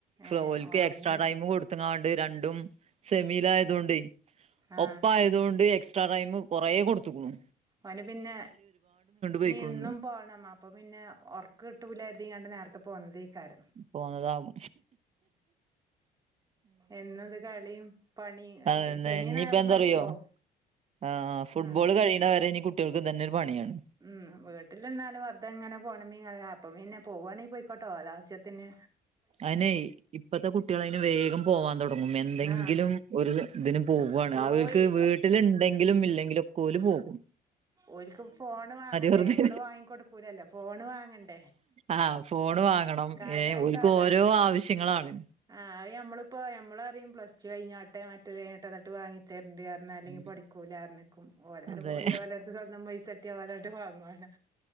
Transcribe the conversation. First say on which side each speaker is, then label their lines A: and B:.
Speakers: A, on the right (about 40°); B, on the right (about 25°).
A: ഫ്ലോൽക്ക്
B: ഏ ഓന്
A: എക്സ്ട്രാ ടൈം കൊടു ക്കാണ്ട് രണ്ടും സെമിലായതൊണ്ട്
B: ആ
A: ഒപ്പയതൊണ്ട് എക്സ് ട്രടൈമ് കൊറേ കൊടുത്തക്കണു.
B: ഓന് പിന്നെ
A: പോയിക്കുണു
B: നീ ഇന്നും
A: ഇന്ന്
B: പോണം മാ അപ്പംപിന്നെ ഒർക്ക് കിട്ടില്ലായിരുതങ്ങാണ്ട് നേരത്തെ പോന്നതായികരം.
A: പോന്നതാവും.
B: എന്നത് കളിയും പണിം
A: അതന്നെ
B: ശനിയ
A: ഇനിയിപ്പ
B: ഞായറും
A: എന്താറിയോ
B: പണിക്കോവും
A: ആഹ് അ ഫുട്ബോൾ
B: ആ
A: കഴിയണ വരെ ഇനി കുട്ടികൾക്ക് തന്നെരു പണിയാണ്.
B: ഉം വീട്ടിൽനിന്നാലും വറുതെ ഇങ്ങനെ ഫോൺമ്മെ ക അപ്പൊ പിന്നെ പോവുവാണെങ്കി പോയിക്കോട്ട ഓലാവശ്യത്തിന്.
A: അയിനെ ഇപ്പത്തെ കുട്ടികൾ അതിന് വേഗം പോവാൻ തുടങ്ങും എന്തെങ്കിലും
B: ആഹ്
A: ഒരു ഇതിനന് പോവുവയാണ്
B: പോയി
A: അവൾക്ക് വീട്ടില ഉണ്ടെങ്കിലും ഇല്ലെങ്കിലും ഒക്കെ പോലല് പോവും
B: ഓല്ക്ക് ഫോണ് വാങ്ങണ്ടേ
A: വെറുതെ
B: നമ്മൾ വാങ്ങിക്കൊടുക്കലല്ലോ ഫോണ് വാങ്ങണ്ടേ
A: ആഹ് ഫോണ് വാങ്ങണം
B: കാര്യായിട്ട്
A: ഏ ഒൽ ക്ക്
B: അതാണ്
A: ഓരോ ആവശ്യങ്ങളാണ്.
B: ആഹ് ഞമ്മള്പ്പോ ഞമ്മളറിയ പ്ലസ്ടു കഴിഞ്ഞോട്ടെ മറ്റേത് കിഞ്ഞോട്ട എന്നിട്ട് വാങ്ങി തരണ്ട് അറി - ന്നാല്
A: ഉം,
B: പഠിക്കൂല അറിനക്കും ഒലാട്
A: അതെ
B: പോയി ഓലരരുട് സ്വന്തം പൈസട്ടിയാ ഓലങ്ങാട്ട് വാങ്ങുല്ലോ.